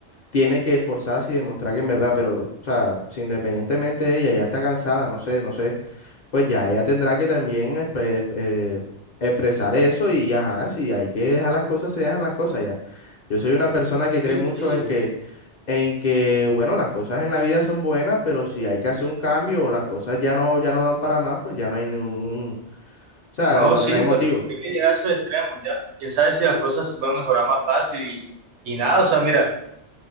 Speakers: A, on the left (about 50°); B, on the right (about 75°).
A: tiene que esforzarse y demostrar que en verdad, pero, o sea, si independientemente de ella ya está cansada, no sé, no sé, pues ya ella tendrá que también expre- eh, expresar eso y ajá, si hay que dejar las cosas, se dejan las cosas ya. Yo soy una persona que cree
B: Sí,
A: mucho
B: sí,
A: en que en que, bueno, las cosas en la vida son buenas, pero si hay que hacer un cambio o las cosas ya no, ya no dan para más, pues ya no hay ningún, o sea,
B: No,
A: no,
B: sí,
A: no hay
B: bueno,
A: motivos.
B: hay que llegar a esos extremos ya. Quién sabe si las cosas se pueden mejorar más fácil y, y nada, o sea, mira,